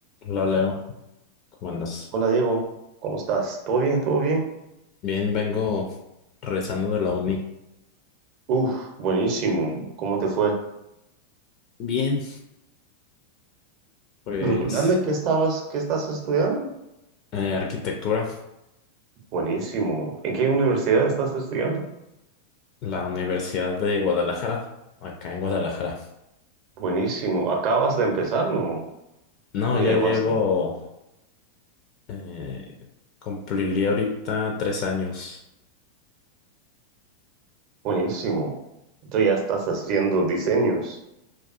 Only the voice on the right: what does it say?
Hola Diego, ¿cómo estás? ¿Todo bien? ¿Todo bien?
Uf, buenísimo. ¿Cómo te fue?
Recordame qué estabas, qué estás estudiando.
Buenísimo. ¿En qué universidad estás estudiando?
Buenísimo. Acabas de empezar, ¿no?
Oye,
Bastián.
Buenísimo. Entonces ya estás haciendo diseños.